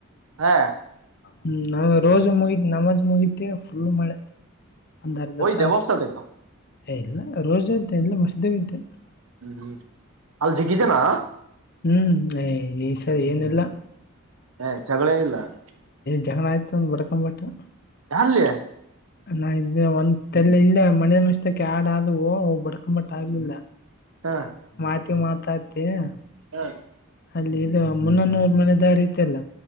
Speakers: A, on the right (about 80°); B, on the left (about 45°).
A: ಹಾ
B: ಹ್ಮ್ ನಾವ್ ರೋಜ ಮುಗಿದ ನಮಾಜ್ ಮುಗತಿ ಫುಲ್ ಮಳೆ ಒಂದ್ ಅರ್ಧತ್ತು
A: ಜಾವಾಮ ಸರ್
B: ಇಲ್ಲ ರೋಜ ಅಂತ ಎಲ್ಲ ಮಸ್ದಂತೆ <unintelligible>
A: ಹ್ಮ್ ಹೂ ಅಲ್ ಜಿಗಿಜನಾ
B: ಹ್ಮ್ ಈ ಸರಿ ಏನಿಲ್ಲ
A: <unintelligible> ಜಗಳೇಏನಿಲ್ಲ <unintelligible>
B: ಜಗಳಾ ಆಯತ ಬರ್ಕೊಂಬಟ್ಟ <unintelligible>
A: ಇ <unintelligible>
B: ನಾ ಇದ ಒಂದಲೆ ಇಲ್ಲ ಮನೆ ಮಶ್ಕ್ಕೆ <unintelligible> ಆಡಾದವು ಒ <unintelligible> ಬಡ್ಕೊಂಬಟ್ಟ ಆಗ್ಲಿಲ್ಲ
A: ಹ
B: ಮಾತಿ ಮಾತಾತಿ <unintelligible>
A: ಹಾ
B: ಅಲ್ಲಿ ಇದು ಮುನ್ನನೂರ್ ಮನೆ ದಾರಿ ಇತ್ತಲ್ಲ